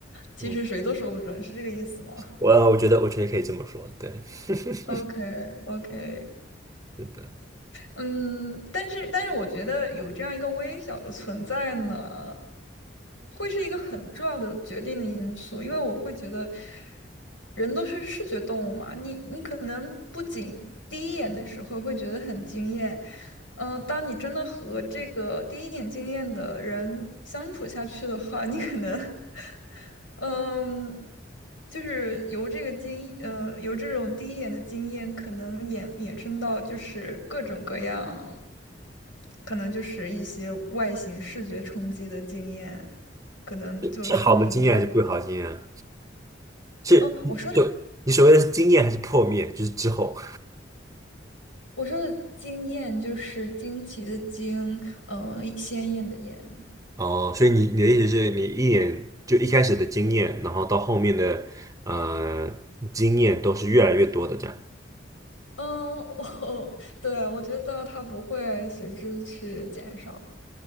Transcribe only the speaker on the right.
嗯。
我我觉得我觉得可以这么说，对，<laughs>
是的，
是好的经验还是不好的经验啊？是你就你所谓的是经验还是破灭，
就是之后
哦，所以你你的意思是你一眼就一开始的经验，然后到后面的呃经验都是越来越多的这样。